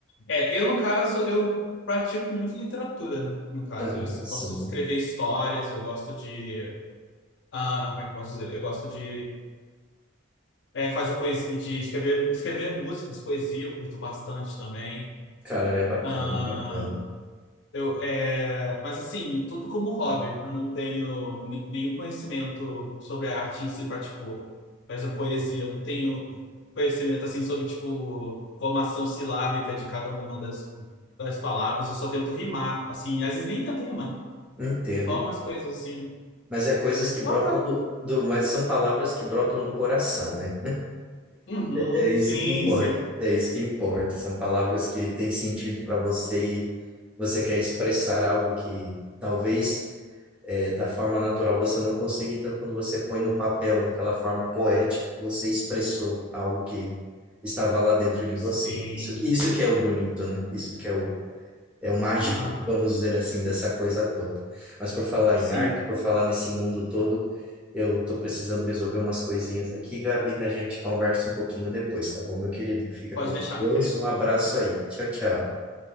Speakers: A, on the left; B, in the centre.
A: É, eu, no caso, eu pratico muito literatura, né? No caso,
B: Ah,
A: eu es-
B: sim,
A: gosto de escrever histórias, eu gosto de. Ah, como é que eu posso dizer? Eu gosto de é, fazer poesia, de escrever, escrever músicas, poesia, eu curto bastante também.
B: cara, é bacana,
A: Ah,
B: é bacana.
A: Eu, é, mas assim, tudo como hobby. Eu não tenho ni- nenhum conhecimento sobre a arte em si para, tipo, por exemplo, poesia. Eu não tenho conhecimento assim sobre, tipo, formação silábica de cada uma das, das palavras. Eu só tento rimar, assim, às vezes nem tento rimar.
B: Entendo.
A: Só
B: hein?
A: umas coisas assim,
B: Mas é coisas
A: assim,
B: que brotam
A: só pra...
B: do, do- mas são palavras que brotam do coração, né?
A: Uhum,
B: É isso
A: sim,
B: que importa.
A: sim.
B: É isso que importa. São palavras que têm sentido para você e você quer expressar algo que talvez é, da forma natural você não consegue, então quando você põe no papel daquela forma poética, você expressou algo que estava lá dentro de você.
A: Sim.
B: Isso, isso que é o bonito, né? Isso que é o, é o mágico,
A: Aham,
B: vamos dizer assim, dessa coisa toda. Mas por falar
A: sim.
B: em arte, por falar nesse mundo todo, eu estou precisando resolver umas coisinhas daqui, Gabi, a gente conversa um pouquinho depois, tá bom, meu querido? Fica
A: Pode
B: com
A: deixar,
B: Deus,
A: meu querido.
B: um abraço aí. Tchau, tchau.